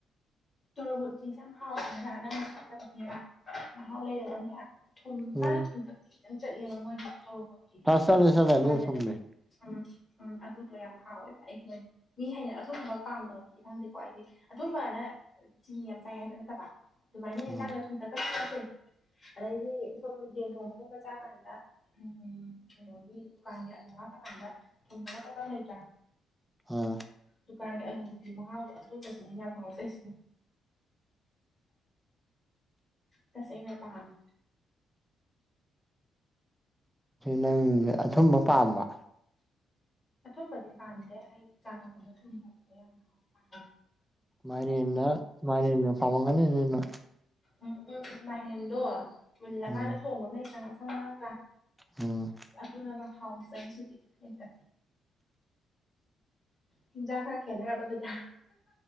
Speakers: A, on the left; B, in the centre.
A: ꯇꯣꯔꯣꯕꯣꯇꯤꯁꯦ ꯌꯥꯝ ꯍꯥꯎꯕꯅꯤꯅ ꯅꯪꯅ ꯈꯜꯂꯕꯅꯦꯕ ꯃꯍꯥꯎ ꯂꯩꯔꯒꯅꯦ ꯊꯨꯝ
B: ꯎꯝ
A: ꯃꯥꯅ ꯊꯨꯝꯊꯛꯇꯤ ꯈꯤꯇꯪ ꯆꯠꯂꯦꯕ ꯃꯣꯏꯅ ꯇꯣꯔꯣꯕꯣꯠꯀꯤ
B: ꯑꯁ ꯆꯠꯂꯦ
A: ꯑꯊꯨꯝꯕ
B: ꯆꯠꯂꯦ ꯑꯗꯨ
A: ꯍꯩꯅꯗ
B: ꯊꯨꯝꯃꯦ
A: ꯎꯝ ꯎꯝ ꯑꯗꯨꯗꯣ ꯌꯥꯝ ꯍꯥꯎꯋꯦꯕ ꯑꯩꯒꯤ ꯑꯣꯏꯅ ꯃꯤ ꯍꯥꯏꯅ ꯑꯊꯨꯝꯕ ꯄꯥꯝꯕꯝꯗꯤ ꯈꯪꯗꯦꯀꯣ ꯑꯩꯗꯤ ꯑꯊꯨꯝꯕꯅ ꯆꯤ ꯌꯥꯝ ꯆꯥꯏ ꯍꯥꯏꯕ ꯅꯠꯇꯕ ꯑꯗꯨꯃꯥꯏꯅ ꯌꯦꯟꯖꯥꯡꯅ
B: ꯎꯝ
A: ꯊꯨꯝꯗ ꯀ ꯆꯠꯁꯦ ꯑꯗꯩꯗꯤ ꯁꯣꯝ ꯒꯦꯟ ꯊꯣꯡꯕꯒꯨꯝꯕ ꯆꯥꯀꯥꯟꯗ ꯎꯝ ꯀꯩꯅꯣꯒꯤ ꯗꯨꯀꯥꯟꯒꯤ ꯑꯗꯨ ꯉꯥꯛꯀꯥꯟꯗ ꯊ ꯂꯩꯇ꯭ꯔ
B: ꯑꯝ
A: ꯗꯨꯀꯥꯟꯒꯤ ꯑꯅꯨꯕꯤ ꯃꯉꯥꯎꯕ ꯑꯗꯨꯝꯕꯗꯨꯅꯅꯦ ꯌꯥꯝ ꯉꯥꯎꯖꯩꯁꯤꯅ ꯇꯁꯦꯡꯅ ꯄꯥꯝꯃꯦ
B: ꯅꯪ ꯑꯊꯨꯝꯕ ꯄꯥꯝꯕ
A: ꯑꯊꯨꯝꯕꯗꯤ ꯄꯥꯝꯗꯦ ꯑꯩ ꯆꯥꯒꯨꯝꯕ ꯊꯨꯝ ꯊꯛꯄꯗꯣ ꯌꯥꯝ ꯍ <inaudible> ꯄꯥꯝꯏ
B: ꯃꯥꯏꯔꯦꯟꯅ ꯃꯥꯢꯔꯦꯟꯅ ꯄꯥꯝꯃꯝꯒꯅꯤꯅ
A: ꯎꯝ ꯎꯝ ꯎꯝ ꯃꯥꯏꯌꯦꯡꯗꯣ ꯃꯨꯜꯂꯀꯥꯟꯗ
B: ꯎꯝ
A: ꯊꯣꯡꯕ ꯃꯝꯂꯩꯇ꯭ꯔꯥ ꯉꯥꯡꯁꯪ ꯉꯥꯡꯑꯒ
B: ꯎꯝ
A: ꯑꯗꯨꯅꯒ ꯍꯥꯎꯖꯩꯁꯤꯗꯤ ꯑꯩꯇ ꯆꯤꯟꯖꯥꯛ ꯈꯔ ꯈꯦꯅꯔꯕ ꯗꯨꯗꯤ <unintelligible>